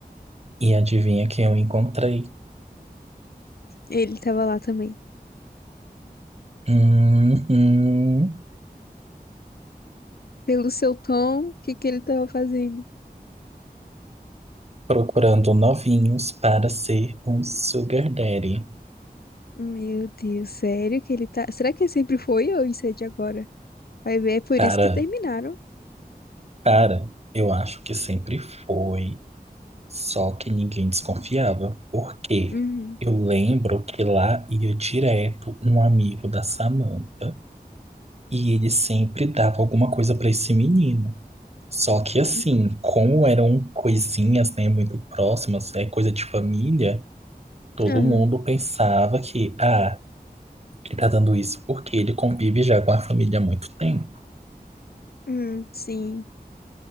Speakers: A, on the right (about 40°); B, on the left (about 70°).
A: e adivinha quem eu encontrei?
B: Ele tava lá também.
A: Uhum,
B: Pelo seu tom, o que que ele tava fazendo?
A: procurando novinhos para ser um sugar daddy.
B: Meu Deus, sério que ele tá. Será que ele sempre foi ou isso é de agora? Vai ver, é por
A: Cara,
B: isso que terminaram.
A: Cara, eu acho que sempre foi, só que ninguém desconfiava. Por quê?
B: Uhum.
A: Eu lembro que lá ia direto um amigo da Samantha e ele sempre dava alguma coisa pra esse menino. Só que assim,
B: hum,
A: como eram coisinhas, né, muito próximas, é coisa de família, todo
B: Aham.
A: mundo pensava que, ah, ele tá dando isso porque ele convive já com a família há muito tempo.
B: Hum, sim.